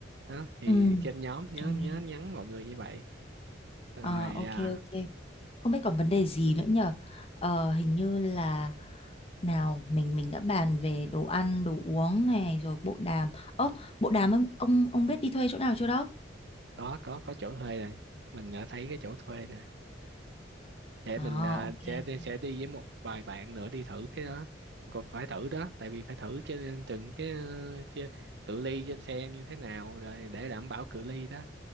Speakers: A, on the right; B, on the left.
A: đó thì
B: ừ
A: trên nhóm nhớ
B: đồng
A: nhớ
B: ý
A: nhắn mọi người như vậy rồi
B: Ờ, ok
A: à,
B: ok không biết còn vấn đề gì nữa nhờ ờ, hình như là Nào, mình mình đã bàn về đồ ăn, đồ uống này rồi bộ đàm. Ơ, bộ đàm ông ông ông biết đi thuê chỗ nào chưa đó?
A: có có có chỗ thuê rồi mình đã thấy cái chỗ thuê rồi để
B: À,
A: mình à,
B: ok
A: sẽ
B: ok.
A: đi- sẽ đi với một vài bạn nữa đi thử cái đó còn phải thử đó tại vì phải thử trên từng cái ờ, chê- cự ly trên xe như thế nào rồi để đảm bảo cự ly đó